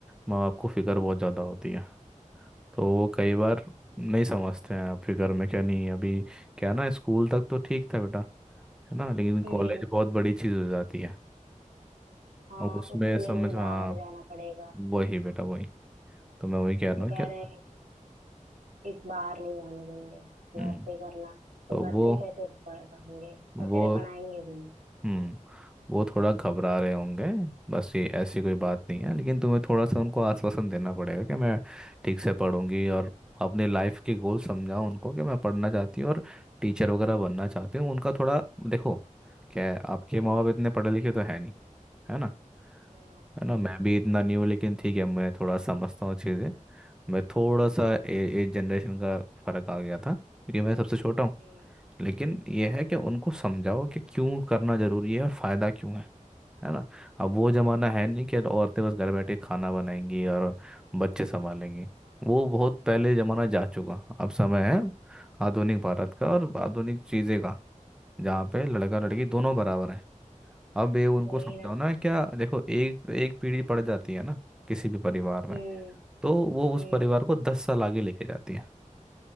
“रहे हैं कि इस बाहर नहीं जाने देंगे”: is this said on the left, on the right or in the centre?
Right